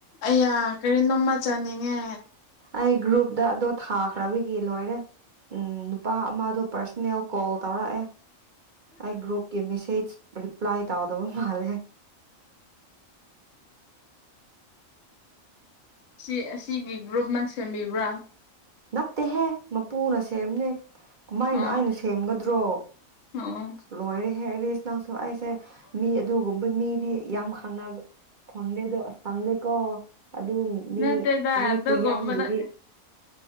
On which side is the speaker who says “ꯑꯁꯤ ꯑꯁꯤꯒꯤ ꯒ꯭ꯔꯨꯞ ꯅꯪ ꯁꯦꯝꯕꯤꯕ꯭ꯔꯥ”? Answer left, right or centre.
Left